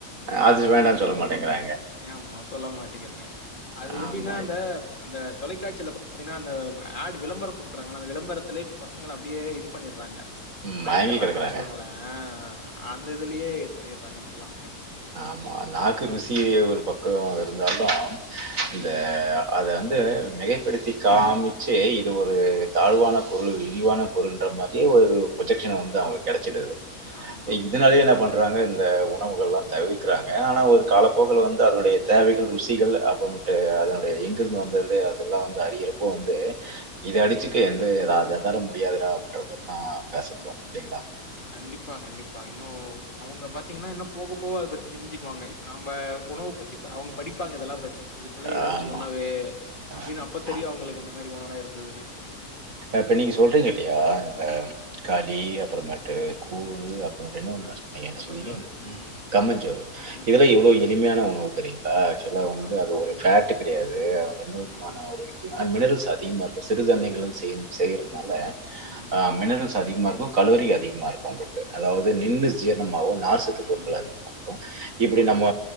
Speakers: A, on the right; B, on the left.
A: அது வேண்டான்னு சொல்ல மாட்டேங்கிறாங்
B: ஏம்மா சொல்ல மாட்டேங்காங்க அது எப்டின்னா
A: ஆமா.
B: அந்த அந்த தொலைக்காச்சில பாத்தீஙகன்னா அந்த ஆட் விளம்பர குடுக்குறாங்கல்ல அந்த விளம்பரத்துலேய் பசங்கள அப்டியே இது பண்ணீர்றாங்க
A: ம்
B: மயக்கிர்றாங்கன்னு
A: மயங்கி கெடக்குறாங்க.
B: வெச்சுக்கோங்களேன் அந்த இதுலயே இது பண்ணிட்றாங்க க்ளா
A: ஆம்மா நாக்கு ருசியெ ஒரு பக்கம் இருந்தால்தான் இந்த
B: ம்.
A: அது வந்து இது மிகைப்படுத்தி காமிச்சு இது ஒரு தாழ்வான பொருள் இழிவான பொருன்ற மாதிரியே ஒரு பு்ரொஜெக்ஷனை வந்து அவங்களுக்கு கிடைச்சிடுது
B: ஆமா.
A: இதனாலயே என்ன பண்ற தாங்க இந்த உணவுகள் எல்லாம் தவிர்க்கிறாங்க ஆனா ஒரு காலப்போக்கல வந்து அதனுடைய தேவைகள் ருசிகள் அப்புறமட்டு அதனுடைய எங்கிருந்து வந்தது அதெல்லாம் வந்து அறிகிறப்போ வந்து இதை அடிச்சுக்க எந்த எதாவ எதால முடியாதுடா அப்படின்ற மாதிரிதான் பேச தோணும் இல்லைங்களா
B: கண்டிப்பா கண்டிப்பா ப்ப இன்னும் அவங்க பத்த ன்னா என்ன போக போக அதபத்தி தெரிஞ்சுக்குவாங்க இப்ப நம்ம உணவு பத்தி அவங்க படிப்பாங்க இதெல்லாம் பத்தி இப்படியெல்லாம் இருந்துச்சு
A: ஆமா.
B: உணவு
A: அ,
B: அப்படின்னு அப்ப தெரியும்
A: ஆ. ஆமா.
B: அவங்களுக்கு இந்த மாதிரி உணவு இரு அ தானேம் <inaudible>
A: இப்ப நீங்க சொல்றீங்க இல்லையா இந்த கலி மாட்டட்டு கூழ் அப்படின்ன ஒ <unintelligible> நீங்க என்ன
B: கம்மஞ்சோறு.
A: சொன்னீங்க
B: ம், ம்.
A: கம்மஞ்சோரு
B: ம்.
A: இதுலல்லாம் எவ்வளவு எளிமையான தரி <inaudible> க்சுவலா
B: கண்டிப்பா.
A: வந்து அது ஒரு
B: ம்.
A: ஃபேட் கிடையாதுங்க எந்த
B: ம்.
A: விமான ஒரு இ மினரல் ச அதிகமாக இருக்கும் சிறுதானியங்கள் செய்ய செய்யற <inaudible>
B: ம்.
A: அது மினரல்ஸ் அதிகமா இரு கலோரி அதிகமா இருக்கும் உங்களுக்கு அதாவது நின்று ஜீரணமாகும் நார்சத்து
B: ம்.
A: பொருட்கள் அதிகமா இருக்கும்
B: ம்.
A: இப்படி நம்ம